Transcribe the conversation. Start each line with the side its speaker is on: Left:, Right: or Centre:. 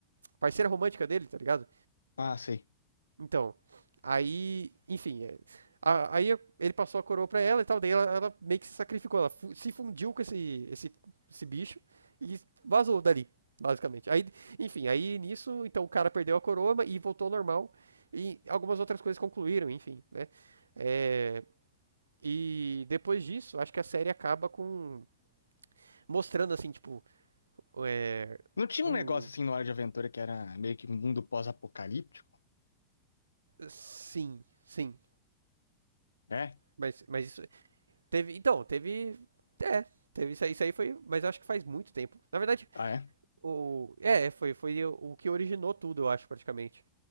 Right: parceira romântica dele, tá ligado?
Left: ah, sei.
Right: Então, aí, enfim, é, a- aí ele passou a coroa pra ela e tal, daí ela, ela meio que se sacrificou, ela fu- se fundiu com esse, esse, esse bicho e vazou dali, basicamente. Aí, enfim, aí nisso, então o cara perdeu a coroa mas- e voltou ao normal e algumas outras coisas concluíram, enfim, né? É, e depois disso, acho que a série acaba com mostrando assim, tipo, é,
Left: Não tinha
Right: num,
Left: um negócio assim no Hora de Aventura que era meio que um mundo pós-apocalíptico?
Right: sim, sim,
Left: É?
Right: mas, mas isso, Teve, então, teve. É, teve isso aí, isso aí foi. Mas eu acho que faz muito tempo. Na verdade,
Left: Ah, é?
Right: o. É, foi, foi o, que originou tudo, eu acho, praticamente.